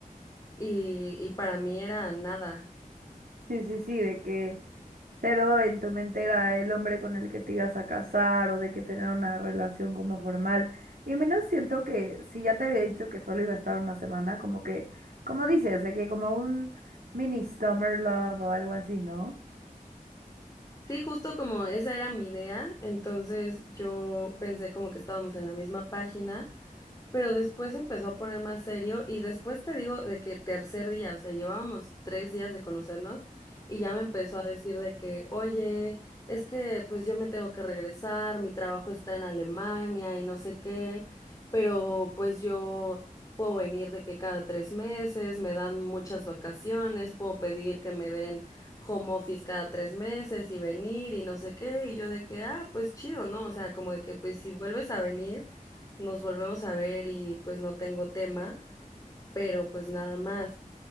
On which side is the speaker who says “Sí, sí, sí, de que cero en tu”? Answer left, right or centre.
Right